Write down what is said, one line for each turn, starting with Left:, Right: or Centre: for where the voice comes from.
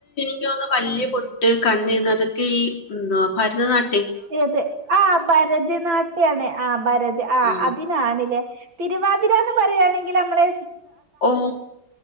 Left: യ്ക്ക് തോന്നുന്നു വല്യ പൊട്ട് കണ്ണെഴ്തുന്നത് തെക്ക ഈ മ്ന്താ ഭരതനാട്യ
Right: അതെ അതെ ആഹ് ഭരതിനാട്യമേ ആഹ് ഭരതി ആഹ്
Left: ആ
Right: അതിനാണ്ല്ലേ തിരുവാതിരാന്ന് പറയാണെങ്കില് നമ്മള്
Left: ഓ